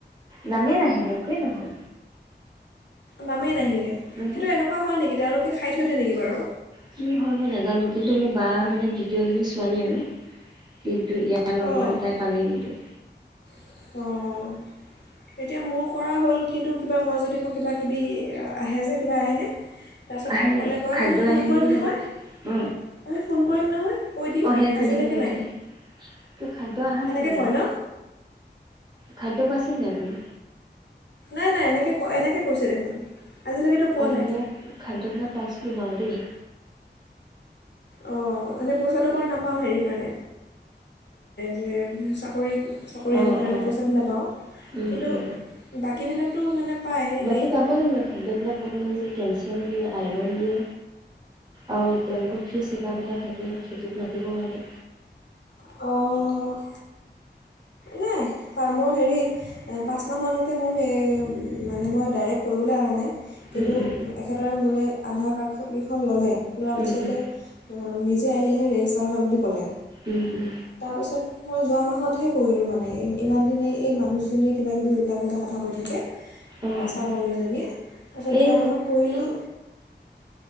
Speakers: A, on the right; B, on the left.
A: নামেই নাহিলে একোৱেই নহল
B: নামেই নাহিলে
A: উ
B: সেইটো এনেকুৱা হয় নেকি তেওঁলোকে খাই থৈ দিয়ে নেকি বাৰু
A: কি হয় মই নাজানো কিন্তু মোৰ বা মানে তৃতীয় জনী ছোৱালী আৰু কি ইয়াৰ লগৰে
B: অঁ অঁ
A: তাই পালে কিন্তু
B: অঁ এতিয়া মোৰ কৰা হ'ল কিন্তু কিবা মই যদি কওঁ কিবা কিবি আহে যে কিবা আহেনে তাৰপাছত
A: আহে
B: ক'লে কয়
A: খাদ্য
B: আমি ফোন
A: আহে
B: কৰিম
A: নেকি
B: নহয়
A: ন অ
B: আমি ফোন কৰিম নহয় কৈ দিম
A: অ সেই তেনেকে
B: আজিলৈকে
A: কয়
B: নাই
A: থাকি ত খাদ্য অহা
B: এনেকৈ
A: নাই জানো।
B: কয় ন
A: খাদ্য পাইছেনে আপুনি
B: নাই নাই এনেকৈ এনেকৈ কৈছে দেখোন। আজিলৈকেতো পোৱা
A: অ
B: নাই
A: মোক খান্ৰ নাপাইছিলো বাৰু দেই
B: অঁ এনেই পইচাটো বাৰু নাপাওঁ হেৰি কাৰণে যে চাকৰি চাকৰিয়াল
A: অ
B: কাৰণে
A: অ
B: পইচাটো নাপাওঁ
A: উম
B: কিন্তু
A: উম
B: বাকীবিলাকতো মানে পায় এনেই
A: বাকী পাব লাগিব খাদ্যবিলাক পাব লাগিছিল কেলচিয়াম দিয়ে আইৰণ দিয়ে আৰু তেওঁলোকৰ ফি চেকাপ এটা থাকে সেই টোত মাতিব লাগে।
B: অ' নাই মই হেৰি পাঁচ মাহ মানতে মোৰ সেই মানে মই ডাইৰেক্ট কৰিবলৈ অহা নাই। কিন্তু
A: উম উম
B: একেদৰে মোৰে আধাৰ কাৰ্ড চকী খন ল'লে লোৱাৰ
A: উম
B: পিছতে
A: উম
B: নিজে আহি হে ৰেজিষ্টাৰ হয় বুলি ক'লে
A: উম উম।
B: তাৰপিছত মই যোৱা মাহতহে কৰিলোঁ মানে ইমান দিনেই এই মানুহজনীয়ে কিবাকিবি উল্টা পুলটা কথা কৈ থাকে।
A: অ
B: আশা
A: অ
B: কৰ্মীজনীয়ে তাৰপিছত
A: এই
B: যোৱা মাহত কৰিলোঁ